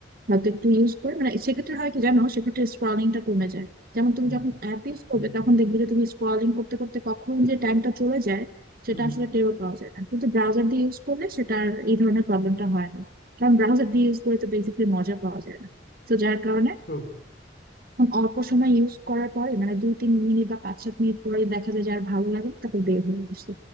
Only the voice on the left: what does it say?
হ্যাঁ
হুম
হুম
ট্রু